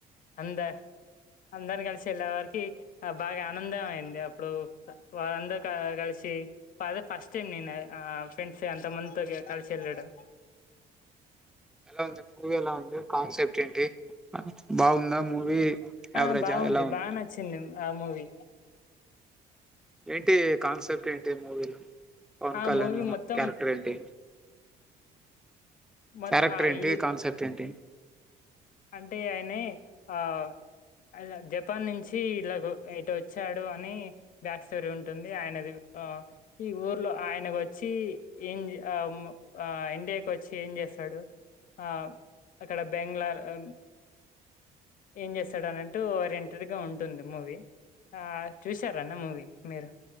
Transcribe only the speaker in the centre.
ఎలా ఉంది పూవు ఎలా ఉంది కాన్సెప్ట్ ఏంటి బాగు ఉందా మూవీ
యావరేజా
ఎలా ఉంది
ఏంటి కాన్సెప్ట్ ఏంటి మూవీలో పవన్
కళ్యాణ్
క్యారెక్టర్ ఏంటి
క్యారెక్టర్
ఏంటి
కాన్సెప్ట్ ఏంటి